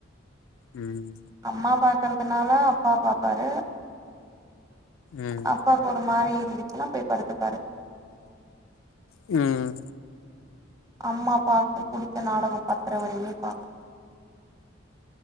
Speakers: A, on the left; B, on the right.
A: ம்
B: அம்மா பாக்கறதுனால அப்பா பாப்பாரு
A: ம்
B: அப்பாக்கு ஒரு மாரி இருந்துச்சுன்னா போய் படுத்துப்பாரு
A: ம்
B: அம்மா பாக்கும் புடிச்ச நாடகம் பத்தர வரையுமே பாக்கும்